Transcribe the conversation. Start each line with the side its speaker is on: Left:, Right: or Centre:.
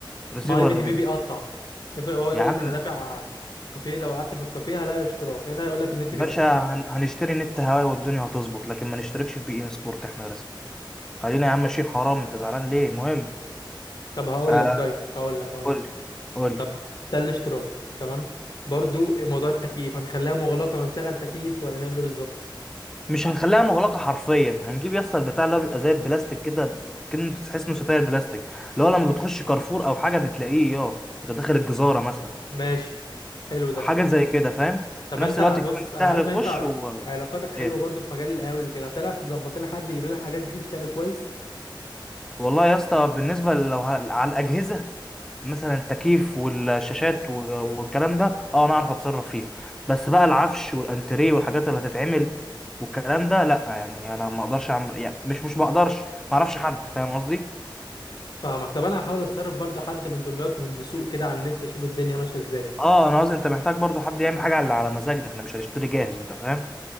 Centre: ريسيفر
Left: ما اي بي تي
Centre: بي.
Left: في بيقطع افرض هو يقول
Centre: يا عم
Left: لك انا دافع في الكافيه لو قعدت في الكافيه هلاقي اشتراك هنا هيقول لك النت
Centre: باشا
Left: بيقطع
Centre: هن... هنشتري نت هواي والدنيا هتظبط لكن ما نشتركش في بي ان سبورت احنا رسمي خلينا يا عم ماشيين حرام انت زعلان ليه مهم
Left: طب هقول
Centre: آه
Left: لك طيب هقول لك هقول
Centre: قول
Left: لك.
Centre: لي قول
Left: طب
Centre: لي
Left: ده الاشتراك تمام برضو موضوع التكييف هنخليها مغلقة ونشغل تكييف ولا نعمل ايه بالظبط
Centre: مش هنخليها مغلقه حرفيا هنجيب يا اسطى البتاع اللي هو بيبقى زي البلاستيك كده كأنه تحس انه ستاير بلاستيك اللي هو لما بتخش كارفور او حاجه بتلاقيه يا وانت داخل الجزاره مثلا
Left: ماشي حلو
Centre: حاجه
Left: ده
Centre: زي كده فاهم
Left: طب
Centre: في نفس
Left: انت
Centre: الوقت
Left: لا بص
Centre: يكون سهل
Left: انا عارف
Centre: الخش
Left: ان انت ع-
Centre: و
Left: علاقاتك حلوة
Centre: ايه
Left: برضو في مجال القهاوي وكده هتعرف تظبط لنا حد يجيب لنا الحاجات دي بسعر كويس
Centre: والله يا اسطى بالنسبه لو ه- على الاجهزه مثلا التكييف والشاشات و- والكلام ده اه انا اعرف اتصرف فيه بس بقى العفش والانتريه والحاجات اللي هتتعمل والكلام ده لا يعني انا ما اقدرش اعمل يعني مش مش بقدرش ما اعرفش حد فاهم قصدي
Left: فاهمك طب انا هحاول اتصرف برضو حد من دمياط من دسوق كده على النت اشوف الدنيا ماشية ازاي
Centre: اه انا قصدي انت محتاج برضو حد يعمل حاجه على على مزاجنا احنا مش هنشتري جاهز انت فاهم